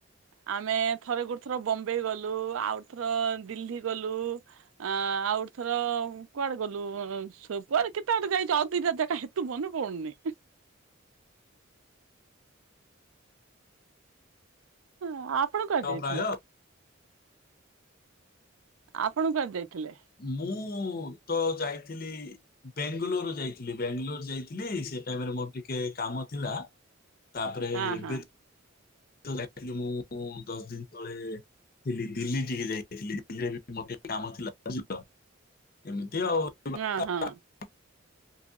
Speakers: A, on the right (about 80°); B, on the left (about 45°).
A: ଆମେ ଥରେ ଗୋଟେ ଥର ବମ୍ବେ ଗଲୁ ଆଉ ଥର ଦିଲ୍ଲୀ ଗଲୁ ଆଁ ଆଉ ଗୋଟେ ଥର କୁଆଡେ ଗଲୁ କୁଆଡେ କେତେ ବଡେ ଯାଇଛ ଆଉ ଦିଟ ଜାଗା। ତୁ ମନେ ପଡୁନି। ହଁ ଆପଣ କୁଆଡେ
B: ଆଉ
A: ଯାଇଥିଲେ?
B: ପ୍ରାୟ
A: ଆପଣ କୁଆଡେ ଯାଇଥିଲେ?
B: ମୁଁ ତ ଯାଇଥିଲି ବେଙ୍ଗାଲୋର ଯାଇଥିଲି ବାଙ୍ଗାଲୋର ଯାଇଥିଲି ସେ ଟାଇମରେ ମୋର ଟିକେ କାମ ଥିଲା। ତାପରେ
A: ହଁ
B: ଏବେ
A: ହଁ
B: ଯାଇଥିଲି ମୁଁ ଦଶ ଦିନ ତଳେ ଥିଲି ଦିଲ୍ଲୀ ଟିକେ ଯାଇଥିଲି ଦିଲ୍ଲୀରେ ବି ମତେ କାମ ଥିଲା ବଝିର ଏମିତି ଆଉ।
A: ହଁ ହଁ।
B: <unintelligible>